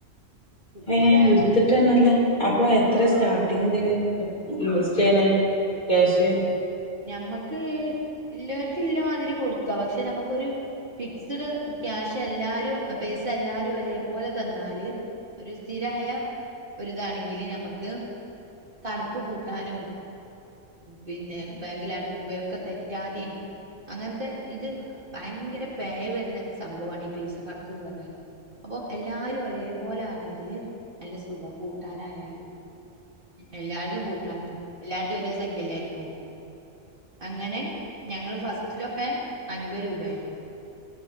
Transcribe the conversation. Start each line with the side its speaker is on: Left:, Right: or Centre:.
Right: കുടുംബശ്രീ
Left: എന
Right: ആയ
Left: എടുത്തിട്ടണല്ലേ അപ്പൊ എത്ര സ്റ്റാർ എറ്റതില് ഇൻവെസ്റ്റ് ചെയ്യണേ ക്യാഷ്
Right: നഞമ്മുക്ക് എല്ലാവർക്കും ഇല്ലമാതിരി കൊടുക്ക പക്ഷെ നമുക്കരു ഫിക്സ്ഡ് ക്യാഷ് എല്ലാരും പൈസ എല്ലാരും ഒരേപലെ തന്നാല് ഒരു സ്ഥിരായ ഒരിതാണെങ്കില് നമ്മുക്ക് കണക്ക് കൂട്ടാനോ പിന്നെ ബാങ്കിൽ അടുക്കുമ്പോഴ ഒക്കെ തെറ്റാതെയും അങ്ങനത്തെ ഇത് ഭയങ്കര പേ വരുന്ന സംഭവമാണ് ഈ പൈസ കണക്ക എന്ന് പറഞ്ഞാല് അപ്പൾ എല്ലാവരും ഒരേ പോോലൊണെങ്കില് നല്ല സുഖം കൂട്ടാനായാലും എല്ലായിടത്തും കൂട്ടാനും എല്ലായിടത്തും ഒരേ സംഖ്യല്ലായിരിക്കും അങ്ങനെ ഞങ്ങള് ഫസ്റ്റിലൊക്കെ അൻപത് രൂപായിരുന്നു